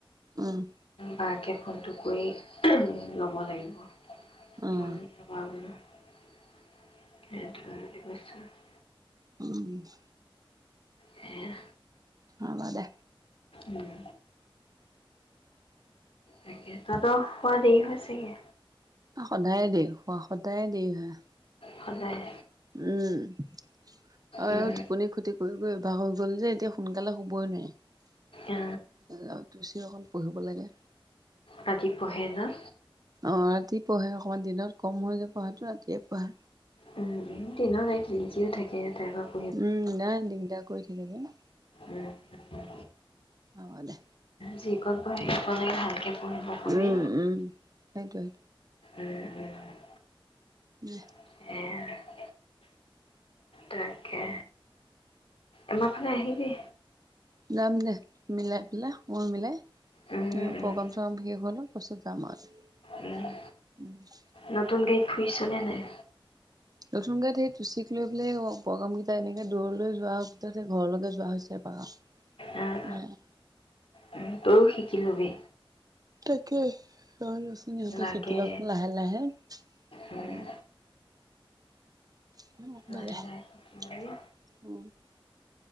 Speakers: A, on the right (about 40°); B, on the left (about 75°).
A: উমঁ'।
B: বায়েকে ফোনটো কৰি ল'ব লাগিব। মই
A: উম,
B: নোৱাৰিলে, <unintelligible>
A: উমঁ।
B: সেয়া।
A: হ'ব দে।
B: উমঁ। তাকে তহঁতৰ শুৱা দেৰি হৈছেগৈ।
A: সদায়ে দেৰি শুৱা, সদায়ে দেৰি হয়।
B: সদায়।
A: উমঁ' <unintelligible>
B: উম
A: টোপনি খতি- কৰি কৰি অভ্যাস হৈ গ'ল যে এতিয়া সোনকালে শুবই নোৱাৰি।
B: আ
A: <unintelligible> অকণ পঢ়িব লাগে।
B: ৰাতি পঢ়ে না?
A: অঁ' ৰাতি পঢ়ে অকমান, দিনত কম হ‌‌য় যে পঢ়াটো ৰাতিয়ে পঢ়ে।
B: উম দিনত <unintelligible> থাকে তাই অলপ।
A: উমঁ' নাই দিগদাৰ কৰি থাকে যে উমঁ'
B: উম
A: হ'ব দে।
B: যিকণ পঢ়ে সেইকণেই ভালকৈ পঢ়িব কবি।
A: উম, উম, সেইটোৱে
B: উমঁ' উমঁ'।
A: <unintelligible>
B: <unintelligible> তাকে, আমাৰ ফালে আহিবি।
A: যাম দে মিলাই পেলায়, সময় মিলাই।
B: উম, উম,
A: প্ৰগ্ৰাম চগ্ৰাম শেষ হৈ লওক তাৰ পাছত যাম এদিন।
B: উম,
A: উমঁ'।
B: নতুন গাড়ীত ফুৰিচনে নাই?
A: নতুন গাড়ীত সেই টুচীক লৈ পেলাই প্ৰাগাম কেইটা এনেকে দূৰলৈ যোৱাৰ ভিতৰত সেই ঘৰলৈকে যোৱা হৈছে। <inaudible>
B: উম, উম, তইও শিকি লবি।
A: তাকেই, <unintelligible> ইহঁতে
B: লাগে
A: শিকিলওক লাহে-লাহে,
B: উম,
A: উমঁ'। <unintelligible>
B: লাহে লাহে শিকি লবি।